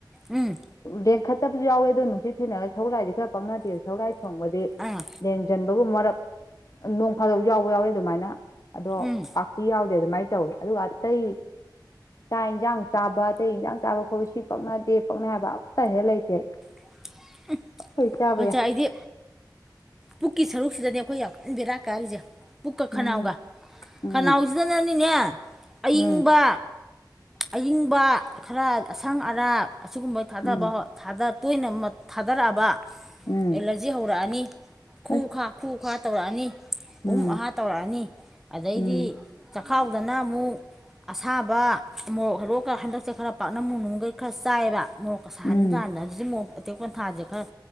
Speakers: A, in the centre; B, on the left (about 45°).
A: ꯎꯝ
B: ꯂꯦꯡꯈꯠꯇꯕꯁꯨ ꯌꯥꯎꯋꯦ ꯑꯗꯣ ꯅꯨꯡꯁꯤꯠ ꯊꯦꯡꯅꯔ ꯁꯒꯣꯜꯂꯥꯏꯁꯦ ꯈꯔ ꯄꯪꯅꯗꯦꯕ ꯁꯒꯣꯜꯂꯥꯏ ꯊꯣꯡꯕꯗꯤ
A: ꯑꯥ
B: ꯂꯦꯡꯖꯟꯕꯒꯨꯝꯕ ꯃꯔꯛ ꯅꯣꯡ ꯐꯥꯗꯣꯛ ꯌꯥꯎꯕ ꯌꯥꯎꯋꯤ ꯑꯗꯨꯃꯥꯏꯅ ꯑꯗꯣ
A: ꯎꯝ
B: ꯄꯥꯛꯇꯤ ꯌꯥꯎꯗꯦ ꯑꯗꯨꯃꯥꯏꯅ ꯇꯧꯋꯤ ꯑꯗꯨꯒ ꯑꯇꯩ ꯆꯥꯛ ꯏꯟꯖꯥꯡ ꯆꯥꯕ ꯑꯇꯩ ꯏꯟꯖꯥꯡ ꯆꯥꯕ ꯈꯣꯠꯄ ꯁꯤ ꯄꯛꯅꯗꯦ ꯄꯛꯅꯩ ꯍꯥꯏꯕ ꯑꯝꯇ ꯍꯦꯛ ꯂꯩꯇꯦ ꯑꯩ
A: <inaudible>
B: <unintelligible> ꯆꯥꯕ
A: ꯀꯣꯟꯆꯥ
B: ꯌꯥꯏ
A: ꯑꯩꯗꯤ ꯄꯨꯛꯀꯤ ꯁꯔꯨꯛꯁꯤꯗꯅꯦ ꯑꯩꯈꯣꯏ ꯌꯥꯝ ꯀꯟ ꯕꯦꯔꯥ ꯀꯥꯔꯤꯁꯦ ꯄꯨꯛꯀ
B: ꯎꯝ
A: ꯈꯅꯥꯎꯒ
B: ꯎꯝ
A: ꯈꯅꯥꯎ ꯁꯤꯗꯅꯅꯤꯅꯦ ꯑꯏꯪꯕ
B: ꯎꯝ
A: ꯑꯏꯪꯕ ꯈꯔ ꯑꯁꯪ ꯑꯔꯥꯛ ꯑꯁꯤꯒꯨꯝꯕ ꯊꯥꯗꯕ
B: ꯎꯝ
A: ꯇꯣꯏꯅ ꯊꯥꯗꯔꯛꯑꯕ
B: ꯎꯝ
A: ꯑꯦꯂꯔꯖꯤ ꯍꯧꯔꯛꯑꯅꯤ ꯈꯨ
B: ꯑꯁ
A: ꯈꯥ ꯈꯨꯨ ꯈꯥ ꯇꯧꯔꯛꯑꯅꯤ
B: ꯎꯝ
A: ꯎꯍꯨꯝ ꯑꯍꯥ ꯇꯧꯔꯛꯑꯅꯤ ꯑꯗꯩꯗꯤ
B: ꯎꯝ
A: ꯆꯈꯥꯎꯗꯅ ꯃꯨꯛ ꯑꯁꯥꯕ ꯃꯣꯔꯣꯛ ꯍꯜꯂꯣꯀꯥ ꯍꯟꯗꯛꯁꯦ ꯈꯔ ꯄꯥꯛꯅꯝ ꯅꯨꯡꯅꯥꯝꯒꯩ ꯈꯔ ꯆꯥꯏꯑꯕ ꯃꯣꯔꯣꯛꯀ ꯁꯥꯍꯟ
B: ꯎꯝ
A: ꯀꯥꯟꯗ ꯍꯖꯤꯛꯁꯦ ꯃꯣꯔꯣꯛ ꯑꯇꯦꯛ ꯄꯟꯊꯥꯁꯦ ꯈꯔ